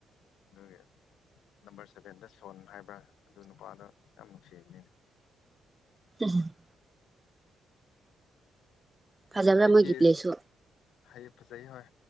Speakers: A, on the left; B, on the right.
A: ꯑꯗꯨꯒꯤ ꯅꯝꯕꯔ ꯁꯚꯦꯟꯗ ꯁꯣꯟ ꯍꯥꯏꯕ꯭ꯔꯥ ꯑꯗꯨ ꯅꯨꯄꯥꯗ ꯌꯥꯝ ꯅꯨꯡꯁꯤꯕꯅꯤꯅꯦ
B: ꯎꯝ ꯐꯖꯔꯕ꯭ꯔ
A: ꯑꯩ
B: ꯃꯣꯏꯒꯤ
A: ꯀꯦ
B: ꯄ꯭ꯂꯦꯁꯨ
A: ꯍꯩ ꯐꯖꯩ ꯍꯣꯏ